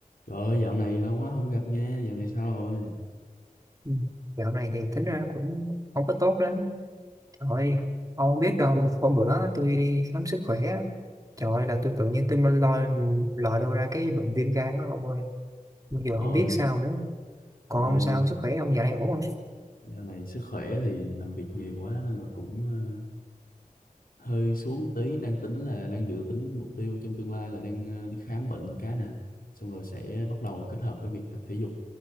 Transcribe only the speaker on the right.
Ừ. Dạo này thì tính ra cũng không có tốt lắm Trời ơi, ông không biết đâu Hôm bữa tôi đi khám sức khỏe á, Trời ơi là tôi tự nhiên tôi mới lòi lòi đâu ra cái bệnh viêm gan đó ông ơi Bây giờ
không biết sao nữa Còn
ông sao, sức khỏe ông dạo này ổn không?